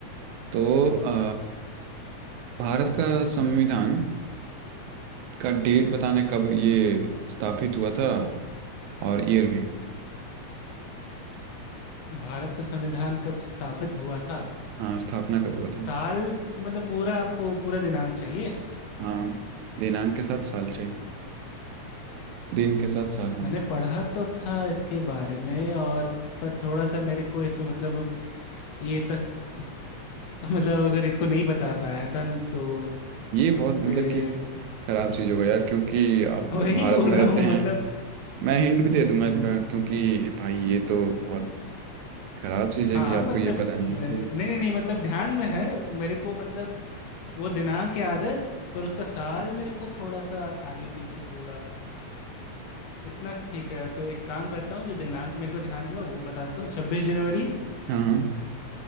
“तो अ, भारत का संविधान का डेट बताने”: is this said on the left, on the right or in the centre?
Right